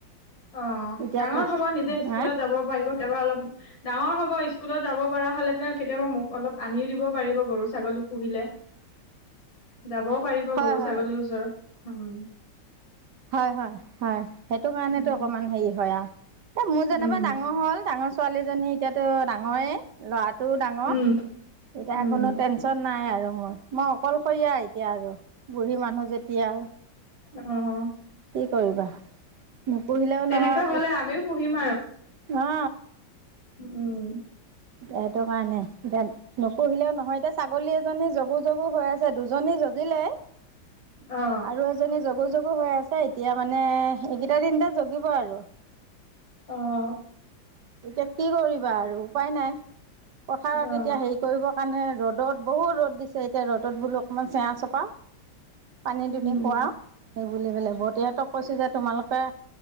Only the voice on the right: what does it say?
এতিয়া
পুহ
হা
<inaudible>
হয়
হয়
হয় হয়, হয়, সেইটো কাৰণেতো
অকমান হেৰি হয় আৰু, এ মোৰ যেনেবা
ডাঙৰ ডাঙৰ হ'ল, ডাঙৰ ছোৱালীজনী এতিয়াতো ডাঙৰেই, ল'ৰাটোও ডাঙৰ।
এতিয়া,
কোনো টেনচন নাই আৰু মোৰ, মই অকলশৰীয়া এতিয়া আৰু। বুঢ়ী মানুহ যেতিয়া,
কি কৰিবা? নুপুহিলেও
নহয়, আকৌ,
অ
এতিয়া, এইটো কাৰণেই, নুপুহিলেও নহয়, এতিয়া, ছাগলী এজনী জগু জগু হৈ আছে, দুজনী জগ জগিলে,
আৰু এ এজনী জগু জগু হৈ আছে, এতিয়া মানে, এইকেইটা দিনতে জগিব আৰু।
এতিয়া কি কৰিবা আৰু? উপায় নাই, পথাৰত
এতিয়া, হেৰি কৰিবৰ কাৰণে ৰ'দত, বহুত ৰ'দ দিছে এতিয়া, ৰ'দত বোলো অকণমান চেৱা চপাওঁ, পানী
দুনি খুৱাওঁ। সেইবুলি বেলে বতি হতক কৈছে যে তোমালোক <unintelligible>